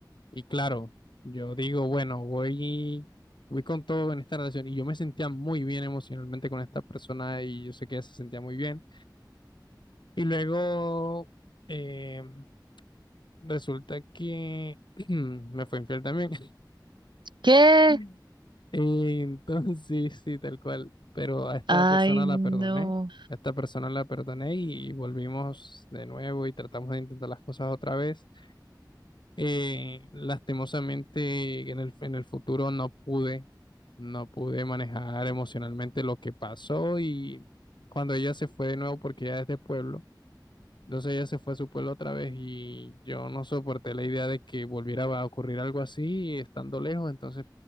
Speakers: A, on the left; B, on the right.
A: y claro, yo digo, bueno, voy, voy con todo en esta relación y yo me sentía muy bien emocionalmente con esta persona y yo sé que ella se sentía muy bien. Y luego... em, Resulta que <clears throat> me fue infiel también.
B: ¿Qué?
A: <laughs> Entonces, sí, sí, tal cual. Pero a esta
B: Ay,
A: persona la
B: no.
A: perdoné. A esta persona la perdoné y volvimos de nuevo y tratamos de intentar las cosas otra vez. Eh, lastimosamente, en el, en el futuro no pude, no pude manejar emocionalmente lo que pasó y cuando ella se fue de nuevo, porque ella es de pueblo. Entonces ella se fue a su pueblo otra vez y yo no soporté la idea de que volviera a ocurrir algo así estando lejos, entonces